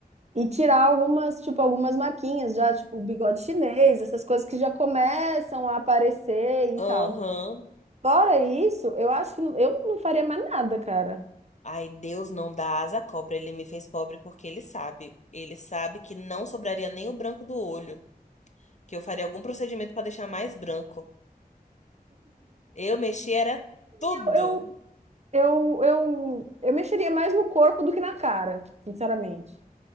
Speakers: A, on the right (about 45°); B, on the left (about 50°).
A: E tirar algumas, tipo, algumas marquinhas já, tipo, o bigode chinês, essas coisas que já começam a aparecer
B: Aham.
A: e tal. Fora isso, eu acho que eu não faria mais nada, cara.
B: Ai, Deus não dá asa à cobra. Ele me fez pobre porque ele sabe. Ele sabe que não sobraria nem o branco do olho. Que eu faria algum procedimento pra deixar mais branco. Eu mexi era tudo.
A: Eu, eu, eu, eu, eu mexeria mais no corpo do que na cara, sinceramente.